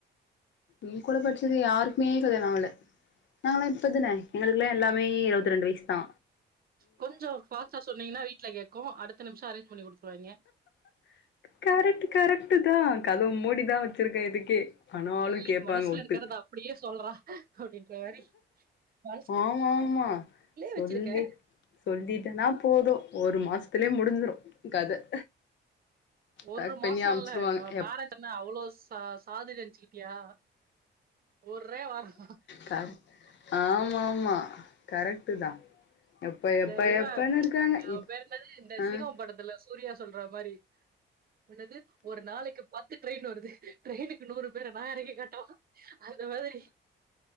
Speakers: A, on the left (about 65°); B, on the right (about 50°).
A: ஏங்க்கூட படிச்சது யாருக்மே கல்யாணொ ஆவ்ல நாங்கள்லா இப்பொ தான எங்களுக்குல்லா எல்லாமே இருவத்ரெண்டு வைஸ்தா
B: கொஞ்சோ ஃபாஸ்ட்டா சொன்னீங்னா வீட்ல கேக்கு அடுத்த நிமிஷோ அரேஞ்ச் பண்ணி குடுத்ருவாய்ங்க
A: கரெக்ட்டு கரெக்ட்டுதா கதவு மூடிதா வச்சிருக்க இதுக்கே ஆனாலு
B: தள்ளி
A: கேப்பாங்க
B: மனசுல
A: ஒட்டு
B: இருக்கறத அப்டியே சொல்றா அப்டின்ற மாரி மனசுக்குள்ளே
A: ஆமா ஆமா சொல்லி
B: வச்சிருக்க
A: சொல்லிட்டனா போது ஒரு மாசத்துலே முடிஞ்சிரு கத
B: ஒரு
A: பேக்
B: மாசொ
A: பண்ணி அமுச்சிருவாங்க
B: இல்ல நம்ம
A: எப்
B: பேரண்ட் என்ன அவ்ளோ ச சாதுன் நெனச்சிக்கிட்டியா ஒர்றே வாரந்தா
A: கர ஆமா ஆமா கரெக்ட்டு தா எப்ப
B: இந்த
A: எப்ப
B: இவ
A: எப்பன்னு இருக்காங்க
B: அவ
A: இப்
B: பேரு என்னாது இந்த
A: ஆஹ்
B: சிங்கோ படத்துல சொ சூர்யா சொல்றா மாரி என்னது ஒரு நாளக்கி பத்து ட்ரயின் வருது ட்ரய்னுக் கு நூறு பேர நா எறக்கி காட்டவா அந்த மாதிரி